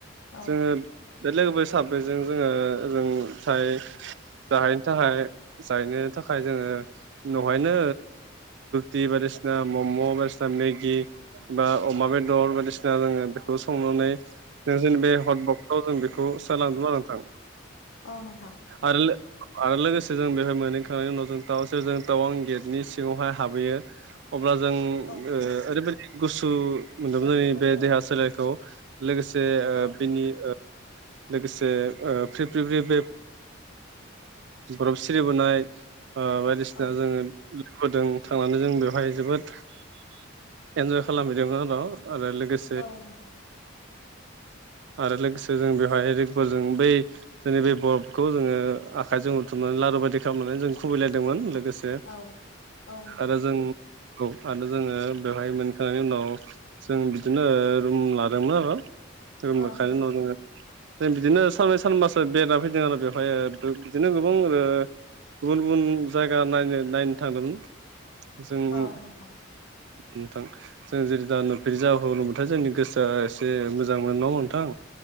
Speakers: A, on the left; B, on the right.
A: औ
B: जोङो बे लोगोफोर साब्रैजों जोङो ओजों थाय जाहाय <unintelligible> थाखाय जायनो थाखाय जोङो उनावहायनो टि बायदिसिना मम' बायदिसिना मेगि बा अमा बेदर बायदिसिना जोङो बे खौ संनानै नों जों बे हट बक्सआव जों बेखौ सोनालांदोंमोन नोंथां।
A: औ नोंथां
B: आरो आरो लोगोसे जों बेवहाय मोनहैखांनायनि उनाव जों टाउन सेरजों टावां गेटनि सिङावहाय हाबहैयो। अब्ला जों
A: औ
B: ओरैबायदि गुसु मोनदोंमोन जोंनि बे देहा सोलेरखौ लोगोसे
A: औ नोंथां
B: बिनि लोगोसे ओ फ्रि, फ्रि, फ्रि बे बरफ सिरिबोनाय बायदिसिना
A: औ
B: जोङो लोगोफोरदों थांनानै जों बेवहाय जोबोद इन्जय खालामहैदोंमोन बेनि उनाव आरो लोगोसे
A: औ नोंथां
B: आरो लोगोसे जों बेवहाय रेगल जों बै जोंनि बे बरफखौ जोङो आखाइजों हुथुमनानै लारु बायदि खालामनानै जों खुबैलायदोंमोन। लोगोसे
A: औ औ नोंथां
B: आरो जों औ आरो जोङो बेवहाय मोनखांनायनि उनाव जों बिदिनो रुम लादोंमोन आरो। <unintelligible>
A: औ नोंथां
B: जों बिदिनो सानबै सानबासो बेरायना फैदों आरो बेवहाय बिदिनो गोबां गुबुन गुबुन जायगा नायनो नायनो थांदोंमोन जों
A: औ नोंथां
B: नोंथां जों जेरै दा नुफेरि जबाथाय जोंनि गोसोआ एसे मोजां मोजां मोन न' नोंथां